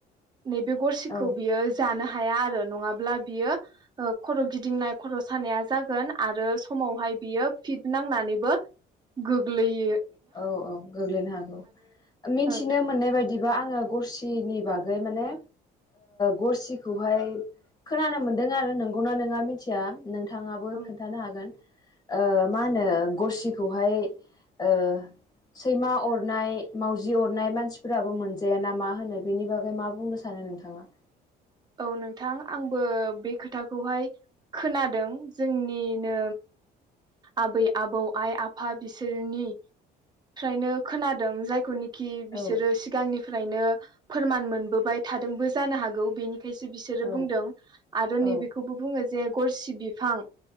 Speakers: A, on the right; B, on the left.
A: नैबे गरसेखौ
B: औ
A: बियो जानो हा या आरो थ आरो नङाब्ला बियो खर गिदिंनाय खर सानाया जागोन आरो समावहाय बियो फिट नांनानैबो गोग्लैयो।
B: औ औ गोग्लैनो हागौ मिथिनो
A: ओं
B: मोननाय बायदि बिदिबा आङो गरसिनि बागै माने गरसिखौहाय खोनानो मोनदों आरो नोंगौना नोंङा मिथिया नोंथाङाबो
A: औ
B: खोन्थानो हागोन मा होनो गरसिखौहाय ओ सैमा अरनाय मावजि अरनाय मानसिफोराबो मोनजायााना मा होनो बेनि बागै मा बुं नो सानो नोंथाङा।
A: <inaudible> औ नोंथां आंबो बे खोथाखौहाय खोनादों जोंनिनो आबै आबौ आइ आफा बिसोरनि फ्रायनो खोनादों जायखौ कि बिसोरो
B: औ
A: सिगांनिफ्रायनो फोरमान मोनबोबाय थादोंबो जानो हागौ बेनि बेखायसो बिसोरो
B: औ
A: बुंदों आरो
B: औ
A: नैबेखौबो बुङो जे गरसि बिफां